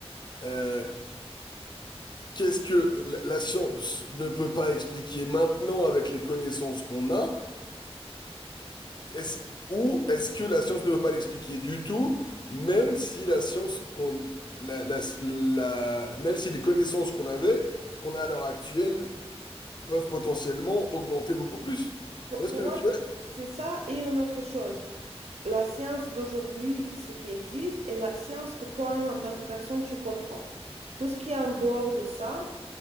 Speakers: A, on the left; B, on the right.
A: euh, Qu'est-ce que la la science ne peut pas expliquer maintenant avec les connaissances qu'on a? Est-ce- ou est-ce que la science ne peut pas l'expliquer du tout, même si la science qu'on, la- la- la- même si les connaissances qu'on avait, qu'on a à l'heure actuelle, peuvent potentiellement augmenter beaucoup plus?
B: Pour,
A: Tu vois
B: pour
A: ce que,
B: moi,
A: tu vois?
B: c'est c'est ça et une autre chose. La science d'aujourd'hui, ce qui existe, et la science que toi-même, en tant que personne, tu comprends. Tout ce qui est en dehors de ça,